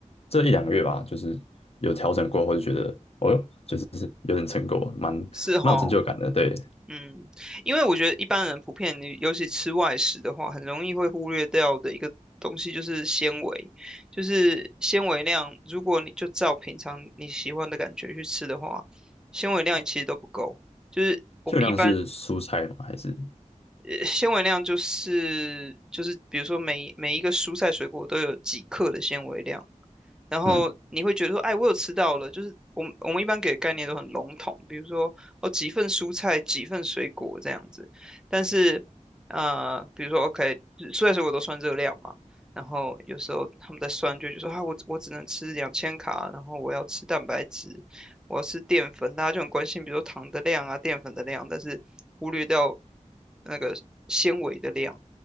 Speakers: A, on the left (about 50°); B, in the centre.
A: 这一两个月吧，就是有调整过后，就觉得哦哟，就是有点成果，蛮蛮有成就感的，
B: 是哈。
A: 对。
B: 嗯，因为我觉得一般人普遍，你尤其吃外食的话，很容易会忽略掉的一个东西就是纤维，就是纤维量。如果你就照平常你喜欢的感觉去吃的话，纤维量其实都不够。就是我们一般，
A: 秋量是蔬菜吗？还是
B: 呃，纤维量就是就是，比如说每每一个蔬菜水果都有几克的纤维量，然后你会觉得说，
A: 嗯
B: 哎，我有吃到了，就是我们我们一般给的概念都很笼统，比如说哦几份蔬菜，几份水果这样子。但是呃，比如说 OK，蔬菜水果都算热量嘛，然后有时候他们在算就觉得说啊，我我只能吃两千卡，然后我要吃蛋白质，我要吃淀粉，大家就很关心，比如说糖的量啊、淀粉的量，但是忽略掉那个纤维的量。